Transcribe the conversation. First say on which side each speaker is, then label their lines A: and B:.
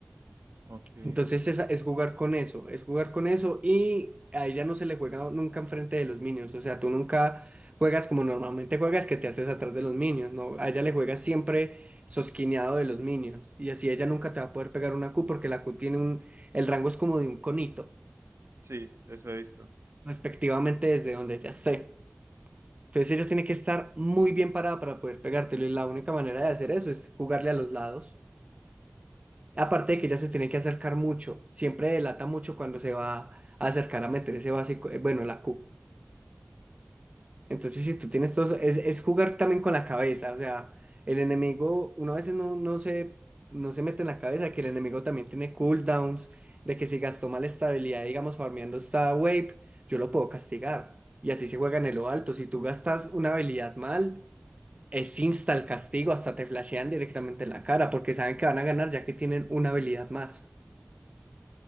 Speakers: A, on the right; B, on the right.
A: Ok.
B: Entonces esa- es, jugar con eso, es jugar con eso y a ella no se le juega nunca enfrente de los minions, o sea, tú nunca juegas como normalmente juegas que te haces atrás de los minions, no, a ella le juegas siempre sosquineado de los minions y así ella nunca te va a poder pegar una Q porque la Q tiene un, el rango es como de un conito,
A: Sí, eso he visto.
B: respectivamente desde donde ella esté. Entonces ella tiene que estar muy bien parada para poder pegártelo y la única manera de hacer eso es jugarle a los lados. Aparte de que ella se tiene que acercar mucho, siempre delata mucho cuando se va a acercar a meter ese básico, eh, bueno, la Q. Entonces, si tú tienes todo, es, es jugar también con la cabeza, o sea, el enemigo, uno a veces no, no se, no se mete en la cabeza que el enemigo también tiene cooldowns, de que si gastó mal estabilidad, digamos, farmeando esta wave, yo lo puedo castigar. Y así se juega en lo alto. Si tú gastas una habilidad mal, es insta el castigo, hasta te flashean directamente en la cara, porque saben que van a ganar ya que tienen una habilidad más.